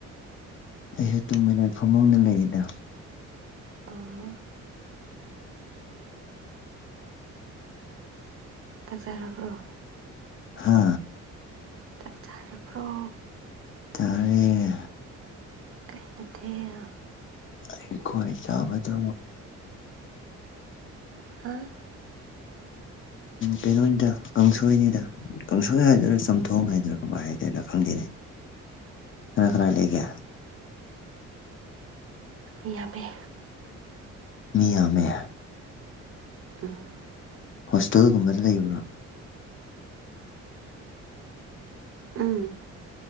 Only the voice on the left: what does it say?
ꯑꯩꯁꯨ ꯇꯨꯡꯒꯦꯅ ꯐꯃꯨꯡꯗ ꯂꯩꯔꯤꯗ꯫
ꯍꯥ
ꯆꯥꯔꯦ
ꯍꯩꯈꯣꯏ꯫ ꯆꯥꯕꯗꯣ꯫
ꯀꯩꯅꯣꯅꯤꯗ ꯀꯥꯡꯁꯣꯏꯅꯤꯗ ꯀꯥꯡꯁꯣꯏ ꯍꯥꯏꯗꯣꯏꯔꯥ ꯆꯝꯊꯣꯡ ꯍꯥꯏꯗꯣꯏꯔꯥ ꯀꯃꯥꯏ ꯍꯥꯏ <unintelligible> ꯈꯪꯗꯦꯅꯦ ꯀꯅꯥ ꯀꯅꯥ ꯂꯩꯒꯦ
ꯃꯤ ꯌꯥꯝꯃꯦ
ꯍꯣꯁꯇꯦꯜꯒꯨꯝꯕꯗ ꯂꯩꯕ꯭ꯔꯣ